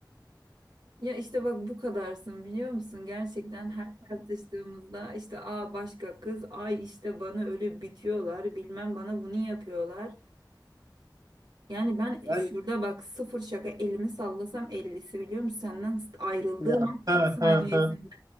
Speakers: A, on the right; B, on the right.
A: Ya işte bak bu kadarsın biliyor musun? Gerçekten her tartıştığımızda işte a başka kız, ay işte bana ölüp bitiyorlar, bilmem bana bunu yapıyorlar. Yani ben
B: Ben
A: şurada bak sıfır şaka elimi sallasam ellisi biliyor musun? Senden ayrıldığım
B: ya
A: an tak
B: ha
A: saniyesinde
B: ha ha.